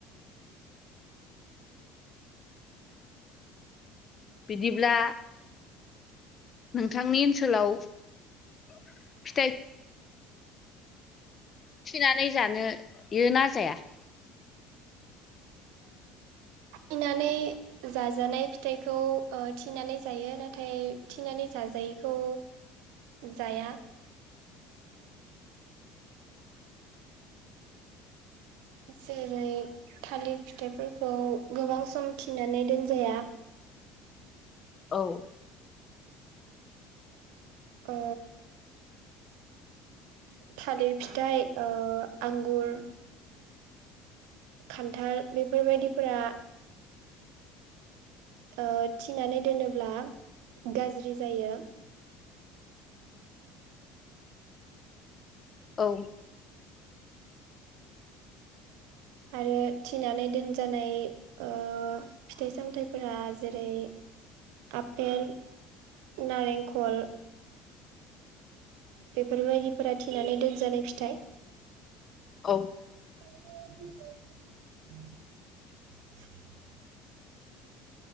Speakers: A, on the left; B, on the right.
A: बिदिब्ला नोंथांनि ओनसोलाव फिथाइ थिनानै जानो यो ना जाया
B: थिनानै जाजानाय फिथाइखौ ओ थिनानै जायो नाथाय थिनानै जाजाय यिखौ जाया जेरै थालिर फिथाइफोरखौ गोबां सम थिनानै दोनजाया
A: औ
B: ओ थालिर फिथाइ ओ आंगुर खान्थाल बेफोरबायदिफोरा ओ थिनानै दोनोब्ला गाज्रि जायो।
A: औ
B: आरो थिनानै दोनजानाय ओ फिथाइ सामथायाइफोरा जेरै आफपेल नारेंखल बेफोरबायदिफोरा थिनानै दोनजानाय फिथाइ
A: औ
B: <unintelligible>